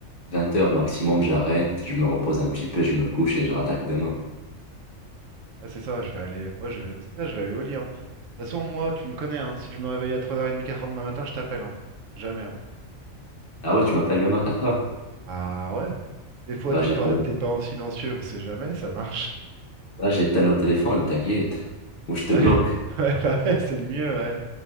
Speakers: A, on the left (about 45°); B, on the right (about 70°).
A: vingt heures maximum, j'arrête, je me repose un petit peu, je me couche et je rattaque demain.
B: Ouais, c'est ça, je vais aller. Moi, je vais... mais C'est ça, je vais aller au lit. hein. De toute façon, moi, tu me connais, hein, si je me réveille à 3h30, quatre heures demain matin, je t'appelle. Hein. On sait Jamais. hein.
A: Ah ouais, tu m'appelles même à quatre heures
B: Ah ouais. Des fois,
A: Bah,
B: t'es
A: j'éteins
B: pas...
A: le
B: t'es pas en silencieux, on sait jamais, ça marche.
A: bah, j'éteins le téléphone, t'inquiète. Ou je te
B: Ouais,
A: bloque.
B: <laughs> ouais, bah ouais, c'est le mieux, ouais.